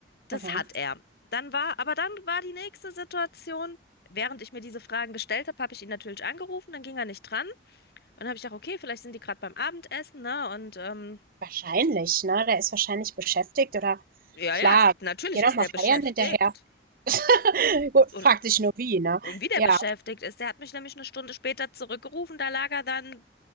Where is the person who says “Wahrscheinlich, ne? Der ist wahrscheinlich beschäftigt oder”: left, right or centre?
Right